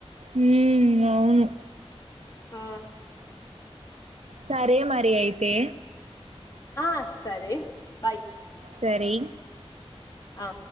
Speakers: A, on the right; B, on the left.
A: హ్మ్ అవును.
B: ఆ
A: సరే మరి అయితే
B: ఆ సరే బాయ్.
A: సరి
B: ఆ